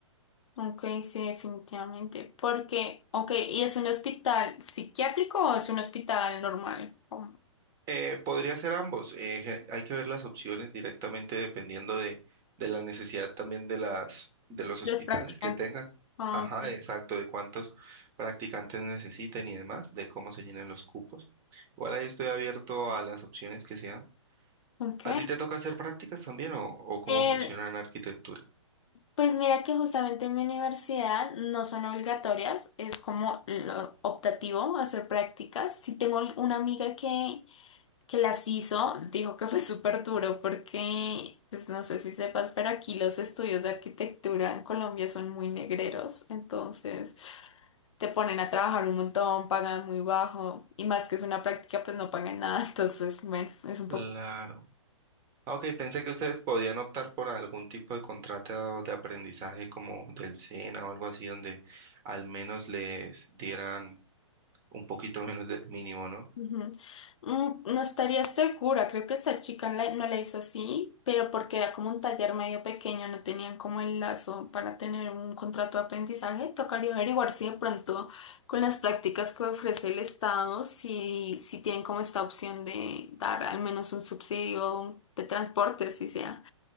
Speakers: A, on the left; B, on the right.
A: Ok, sí, definitivamente. Porque, ok, ¿y es un hospital psiquiátrico o es un hospital normal? Como
B: Eh, podría ser ambos. eh, ge- hay que ver las opciones directamente dependiendo de, de la necesidad también de las, de los
A: Los
B: hospitales
A: practicantes.
B: que tengan.
A: Ah,
B: Ajá,
A: ok.
B: exacto, de cuántos practicantes necesiten y demás, de cómo se llenen los cupos. Igual ahí estoy abierto a las opciones que sean.
A: Ok.
B: ¿A ti te toca hacer prácticas también o, o cómo
A: Eh,
B: funciona en arquitectura?
A: Pues mira que justamente en mi universidad no son obligatorias, es como lo optativo hacer prácticas. Sí tengo una amiga que, que las hizo, dijo que fue súper duro porque, pues no sé si sepas, pero aquí los estudios de arquitectura en Colombia son muy negreros, entonces te ponen a trabajar un montón, pagan muy bajo y más que es una práctica, pues no pagan nada, <laughs> entonces bueno, es un
B: Claro.
A: poco...
B: Ah, Ok, pensé que ustedes podían optar por algún tipo de contrato de aprendizaje como del SENA o algo así, donde al menos les dieran un poquito menos del mínimo, ¿no?
A: Ujú. Mm, No estaría segura, creo que esta chica no la- no la hizo así, pero porque era como un taller medio pequeño, no tenían como el lazo para tener un contrato de aprendizaje. Tocaría averiguar si de pronto con las prácticas que ofrece el Estado, si, si tienen como esta opción de dar al menos un subsidio de transporte, si sea.